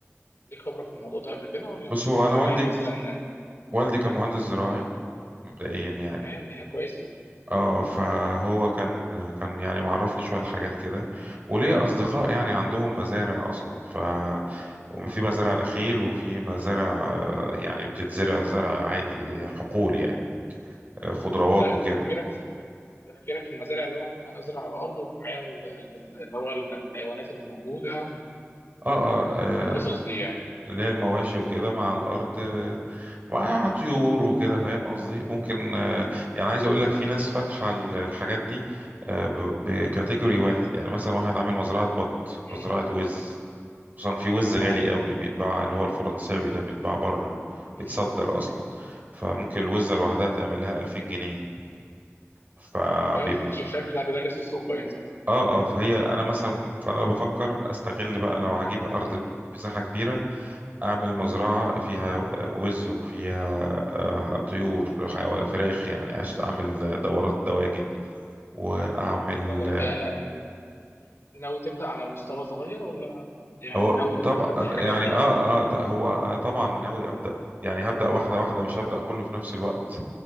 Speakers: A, on the left; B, on the right.
A: ليك خبره في الموضوع ده قبل كده ولا
B: بص هو انا
A: او
B: والدي
A: يعني مثلا
B: والدي كان
A: مم.
B: مهندس زراعي مبدئيا يعني
A: تمام دي حاجه كويسه
B: اه فهو كان كان يعني معرفني شوية حاجات كده وليا أصدقاء يعني عندهم مزارع أصلا ف وفي مزارع نخيل وفي مزارع آه، يعني بتتزرع زرع عادي حقول يعني آه، خضروات
A: بس انت انت
B: وكده
A: تفكيرك في تفكيرك في المزارع اللي هو ان انا ازرع على الارض ومعايا ال- ال- اللي هو الحيوانات اللي موجوده
B: اه اه
A: والقصص
B: آه،
A: دي يعني
B: اللي هي المواشي وكده مع الأرض آه، مع طيور
A: مم.
B: وكده فاهم قصدي ممكن آه، يعني عايز أقول لك في ناس فاتحة ال- الحاجات دي آه، ب- بكاتيجوري واحد يعني مثلا واحد عامل مزرعة بط
A: امم
B: مزرعة وز خصوصا في وز
A: اه
B: غالي قوي بيتباع اللي هو الفرنساوي ده بيتباع بره
A: امم
B: بيتصدر اصلا فممكن الوزة لوحدها تعمل لها 2000 جنيه فبيب...
A: كويس انت شكلك دارس السوق كويس
B: اه اه فهي انا مثلا فانا لو بفكر استغل بقى لو هجيب ارض مساحة كبيرة اعمل مزرعة فيها وز وفيها آه، طيور حيوان فراخ يعني عشان اعمل دورات دواجن واعمل
A: طب انت لا- ناوي تبدا على مستوى صغير ولا يعني
B: هو
A: ناوي
B: طبعا
A: انت تبدا حاجه
B: يعني
A: كبيره
B: اه اه ط- هو انا طبعا ناوي ابدا يعني هبدا واحدة واحدة مش هبدا كله في نفس الوقت